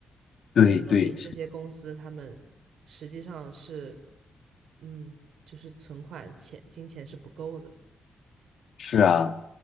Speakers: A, on the left; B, on the right.
A: 对对，
B: 也就说明这些公司他们实际上是，嗯，就是存款钱金钱是不够的。
A: 是啊是啊